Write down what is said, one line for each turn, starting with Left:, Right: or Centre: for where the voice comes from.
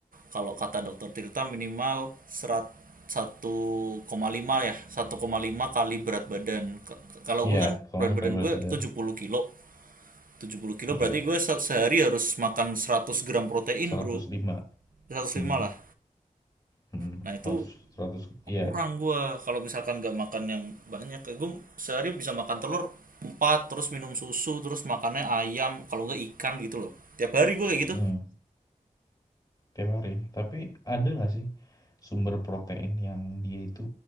Right: kalau kata dokter Tirta minimal serat satu koma lima ya, satu koma lima kali berat badan. Ke- Kalau
Left: Iya,
Right: gue kan
Left: soalnya
Right: berat
Left: pakai
Right: badan
Left: berat
Right: gue
Left: badan.
Right: tujuh puluh kilo 70 kilo
Left: Iya,
Right: berarti gue se- sehari harus makan 100 gram protein
Left: 105.
Right: bro 105
Left: Hmm,
Right: lah
Left: hmm,
Right: nah itu
Left: 100, 100,
Right: kurang
Left: iya.
Right: gue kalau misalkan nggak makan yang banyak kayak gue sehari bisa makan telur 4 terus minum susu terus makannya ayam kalau nggak ikan gitu loh tiap hari gue kayak gitu
Left: Hmm, tiap hari. Tapi ada nggak sih sumber protein yang dia itu